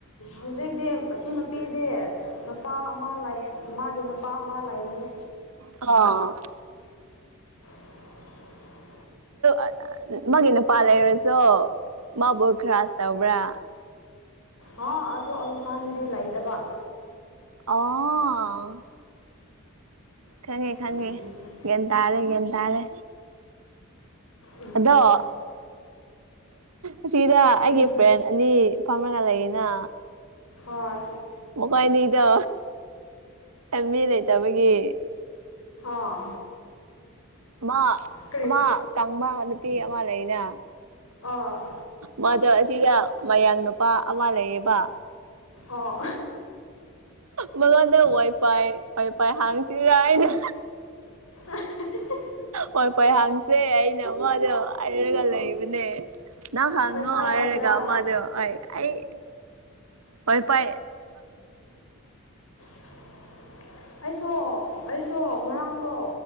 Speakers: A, on the left (about 75°); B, on the right (about 85°).
A: ꯍꯧꯖꯤꯛꯇꯤ ꯃꯁꯤ ꯅꯨꯄꯤꯗꯤ ꯅꯨꯄꯥ ꯑꯃ ꯂꯥꯛꯑꯦ ꯃꯥ ꯒꯤ ꯅꯨꯄꯥ ꯑꯃ ꯂꯩꯕꯅꯦ
B: ꯑꯣ
A: <unintelligible>
B: ꯑꯗꯨ ꯃꯥꯒꯤ ꯅꯨꯄꯥ ꯂꯩꯔꯁꯨ ꯃꯥꯕꯨ ꯈ꯭ꯔꯥꯁ ꯇꯧꯕ꯭ꯔꯥ
A: ꯍꯥ ꯑꯗꯨ ꯑꯗꯨꯀꯥꯟꯗꯗꯤ ꯂꯩꯇꯕ
B: ꯑꯥ ꯈꯪꯉꯦ ꯈꯪꯉꯦ
A: ꯑꯗꯨꯒꯤꯅꯦ
B: ꯒ꯭ꯟ ꯇꯥꯔꯦ ꯒ꯭ꯟ ꯇꯥꯔꯦ
A: ꯎꯝ
B: ꯑꯗꯣ ꯑꯁꯤꯗ ꯑꯩꯒꯤ
A: ꯎꯝ
B: ꯐ꯭ꯔꯦꯟ ꯑꯅꯤ ꯐꯥꯝꯔꯒ ꯂꯩꯌꯦꯅ
A: ꯍꯣꯏ
B: ꯃꯈꯣꯏꯅꯤꯗꯣ ꯃꯤ ꯂꯩꯇꯕꯒꯤ
A: ꯑꯥ
B: ꯃ
A: ꯀꯔꯤ
B: ꯑꯃ ꯀꯥꯡꯕ ꯅꯨꯄꯤ ꯑꯃ ꯂꯩꯅ
A: ꯑꯥ
B: ꯃꯗꯣ ꯑꯁꯤꯗ ꯃꯌꯥꯡ ꯅꯨꯄꯥ ꯑꯃ ꯂꯩꯌꯦꯕ
A: ꯑꯥ
B: ꯃꯉꯣꯜ ꯗ ꯋꯥꯏ ꯄꯥꯏ ꯋꯥ ꯄꯥꯏ ꯍꯥꯡꯁꯤ ꯥꯔꯥꯏꯅ
A: ꯑ
B: ꯍꯣꯏ ꯄꯣꯏ ꯍꯥꯡꯁꯦ ꯑꯩꯅ ꯃꯗꯣ ꯉꯥꯏꯔꯒ ꯂꯩꯕꯅꯦ ꯅꯪ ꯍꯪꯉꯣ
A: ꯋꯥꯏꯐꯥꯏ
B: ꯍꯥꯏꯔꯒ
A: ꯂꯩꯕ꯭ꯔꯥ
B: ꯃꯑꯗꯨ ꯑꯩ ꯑꯩ ꯋꯥꯏ ꯄꯥꯏ
A: <unintelligible> ꯑꯩꯁꯨ ꯑꯩꯁꯨ ꯉꯔꯥꯡꯗꯣ